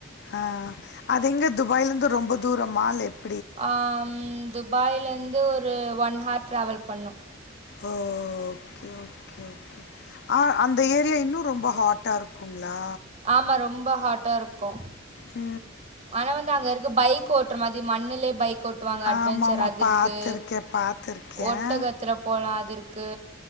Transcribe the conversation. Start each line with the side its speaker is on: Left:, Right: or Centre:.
Left: ஆ அது எங்க துபாய்ல இருந்து ரொம்ப தூரமா இல்ல எப்
Right: அம் துபாயிலேர்ந்து ஒரு ஒன் ஹார் ட்ராவல் பண்ணணு
Left: ஓ ஓகே ஓகே ஓகே ஆ அந்த ஏரியா இன்னு ரொம்ப ஹாட்டா இருக்குங்களா
Right: ஆமா ரொம்ப ஹாட்டா இருக்கு
Left: உ
Right: ஆனா வந்து அங்க இருக்கு பைக் ஓட்டுற மாதிரி மண்ணுலயே பைக் ஓட் விட்டுவாங்க அட்வெஞ்சர்
Left: ஆமாம் ஆமாம்
Right: அது இருக்கு
Left: பார்த்துருக்கேன் பார்த்துருக்கேன்
Right: ஓட்டகத்துல போலா அது இருக்கு